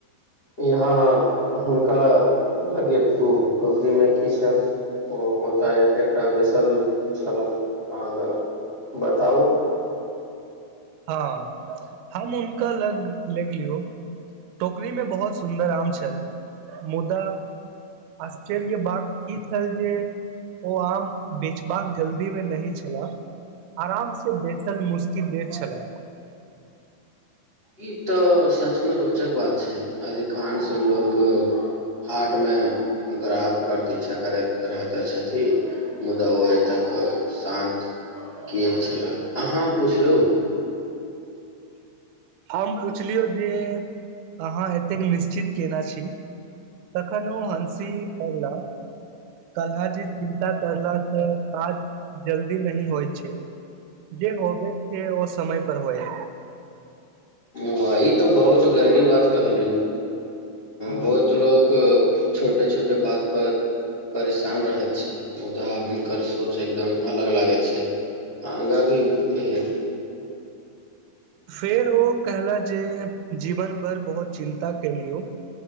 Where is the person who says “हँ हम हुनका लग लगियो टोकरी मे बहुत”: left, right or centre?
Right